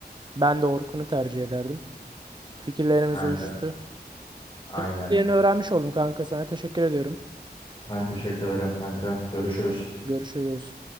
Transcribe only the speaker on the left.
Ben
de. Aynen.
Ben teşekkür ederim kanka. Görüşürüz.